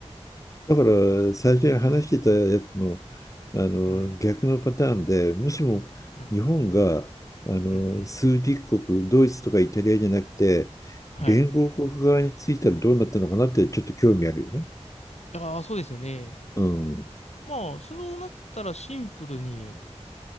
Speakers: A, on the left; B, on the left.
A: だから最初に話してたやつの、あの逆のパターンで、
B: はい。
A: もしも日本があの枢軸国、
B: はい。うんうん。
A: ドイツとかイタリアじゃなくて、
B: はい。
A: 連合国側についたらどうなったのかなってちょっと興味あるよね。
B: ああ、そうですよね。
A: うん。
B: まあ、そうなったらシンプルに